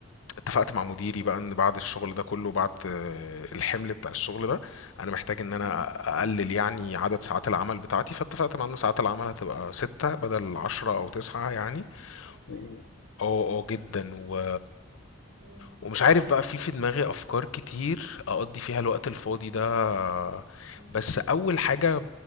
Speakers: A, on the left; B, on the right.
A: اتفقت مع مديري بقى ان بعد الشغل ده كله بعد آه، الحمل بتاع الشغل ده انا محتاج ان
B: مهم.
A: انا اقلل يعني عدد ساعات العمل بتاعتي فاتفقت مع ان ساعات العمل هتبقى ستة بدل عشرة او تسعة يعني
B: حلوة
A: و-
B: قوي
A: اه اه جدا و...
B: مم.
A: ومش عارف بقى في في دماغي افكار كتير اقضي فيها الوقت الفاضي ده
B: مم.
A: بس اول حاجة